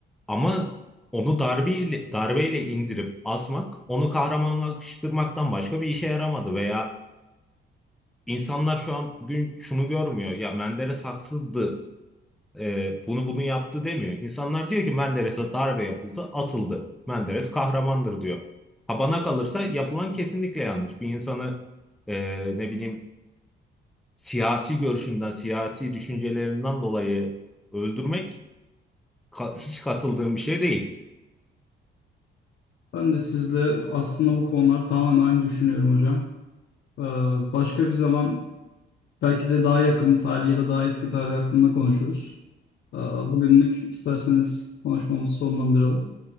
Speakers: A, in the centre; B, on the left (about 60°).
A: Ama onu darbeyle, darbeyle indirip asmak, onu kahramanlaştırmaktan başka bir işe yaramadı veya İnsanlar şu an bugün şunu görmüyor. Ya Menderes haksızdı e, bunu bunu yaptı demiyor. İnsanlar diyor ki Menderes'e darbe yapıldı, asıldı. Menderes kahramandır diyor. Ha bana kalırsa yapılan kesinlikle yanlış. Bir insanı e, ne bileyim siyasi görüşünden, siyasi düşüncelerinden dolayı öldürmek ka- hiç katıldığım bir şey değil.
B: Ben de sizle aslında bu konular tamamen aynı düşünüyorum hocam. Ee, başka bir zaman belki de daha yakın tarih ya da daha eski tarih hakkında konuşuruz. Ee, bugünlük isterseniz konuşmamızı sonlandıralım.